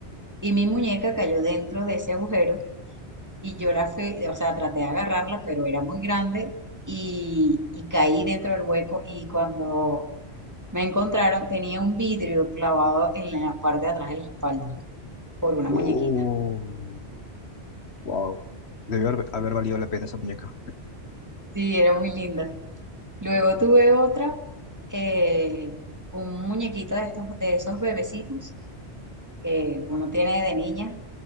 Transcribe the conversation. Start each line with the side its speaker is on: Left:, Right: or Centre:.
Right: y mi muñeca cayó dentro de ese agujero y yo la fui, o sea, traté de agarrarla, pero era muy grande y, y caí dentro del hueco y cuando Me encontraron, tenía un vidrio clavado en la parte de atrás de la espalda por una
Left: Oh,
Right: muñequita.
Left: wow. Debió haber, haber valido la pena esa muñeca.
Right: Sí, era muy linda. Luego tuve otra, eh, un muñequito de estos, de esos bebecitos que uno tiene de niña.